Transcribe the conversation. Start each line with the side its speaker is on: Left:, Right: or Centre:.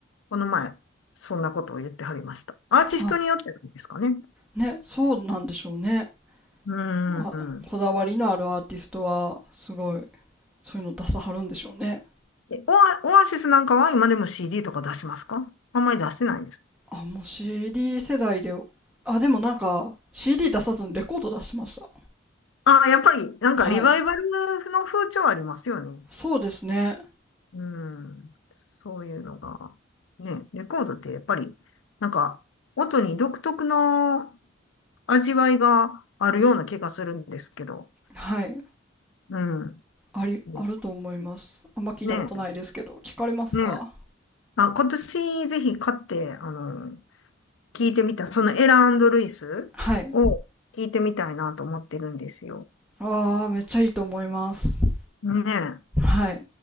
Left: この前、そんなことを言ってはりました。アーティストによってなんですかね。
Centre: あ、ね、そうなんでしょうね。
Left: うーん。
Centre: あ、こだわりのあるアーティストは、すごい、そういうの出さはるんでしょうね。
Left: えオア、オアシスなんかは今でも CD とか出しますかあんまり出してないです。
Centre: あ、もう CD 世代で、あ、でもなんか、CD 出さずにレコード出しました。
Left: ああ、やっぱり、なんかリバイバルの風潮ありますよね。
Centre: はい。そうですね。
Left: うん。そういうのが。ね、レコードってやっぱり、なんか、音に独特の味わいがあるような気がするんですけど。
Centre: はい。
Left: うん。
Centre: あり、
Left: で
Centre: あると思います。あんま聞いたことないですけど、
Left: ねえ、ね
Centre: 聞かれますか
Left: え、ねあ、今年ぜひ買って、あの、聞いてみた、そのエラルイスを聞いてみたいなと思ってるんですよ。
Centre: はい。ああ、めっちゃいいと思います。
Left: ねえ。
Centre: はい。